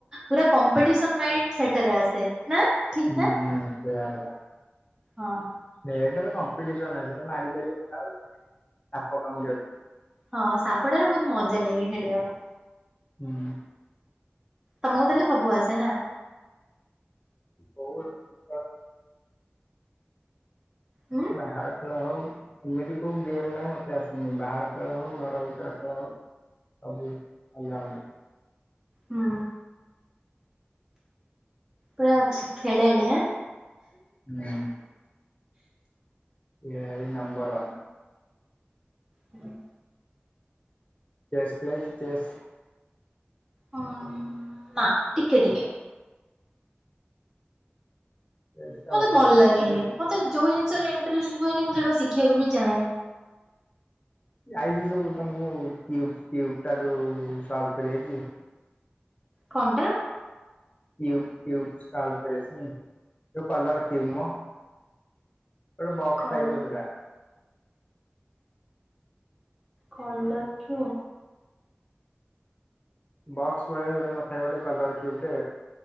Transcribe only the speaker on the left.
ଉଁ
ହୁଁ ସେ ୟାରଟା।
ଏଇଟାରେ କମ୍ପିଟିସନ ନାହିଁ। ସେଟା ମାରି ପାରିବ ଆଉ ସାପ କାମୁଡି
ହୁଁ।
ବହୁ ଦଖ
ବାହାର ଖେଳ ହଉ ଏମିତି କୋଉ ଗେମ୍ ନାହିଁ, ମତେ ଆସିନି ବାହାର ଖେଳ ହଉ ଘର ଭିତରେ ଖେଳ ହଉ। କବୁ ଆ
ହୁଁ ଏ ନମ୍ବରୱନ୍
ଚେସ୍ ଖଳାଇଛି ଚେସ୍
ଚେସ୍ ଟା
ଖେଳ
ଏବେ
ଯାଇଛି ଯୋଉ ତମକୁ ପିଉ ଟା ଯୋଉ ସଲଭ କରି ଯା
କ୍ୟୁବ୍ ଫ୍ୟୁବ୍ ସଲଭ୍ କରି ଆସେନି? ଯଉ କଲର୍ କ୍ୟୁବ ମ ଗୋଟେ ବକ୍ସ
ଟାଇପ ର ଯଉଟା।
ବକ୍ସ ଭଳିଆ ଯୋଉଟା ନଥାଏ ଗୋଟେ କଲର କ୍ୟୁବ ଟେ